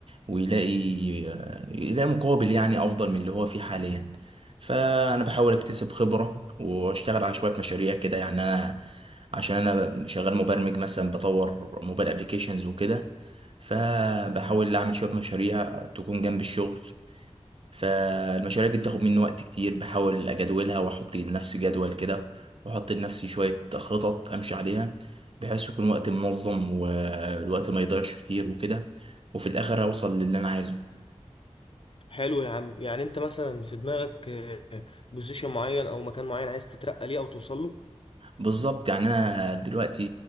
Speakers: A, on the right; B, on the left.
A: ويلاقي آه، يلاقي مقابل يعني افضل من اللي هو فيه حاليا فانا بحاول اكتسب خبرة واشتغل على شوية مشاريع كده يعني انا عشان انا شغال مبرمج مثلا بطور موبايل ابليكيشنز وكده فبحاول اعمل شوية مشاريع تكون جنب الشغل فالمشاريع دي بتاخد مني وقت كتير بحاول اجدولها واحط لنفسي جدول كده واحط لنفسي شوية خطط امشي عليها بحيث يكون وقتي منظم والوقت ما يضيعش كتير وكده وفي الاخر اوصل للي انا عايزه
B: حلو يا عم يعني انت مثلا في دماغك بوزيشن معين او مكان معين عايز تترقى ليه او توصل له
A: بالظبط يعني انا دلوقتي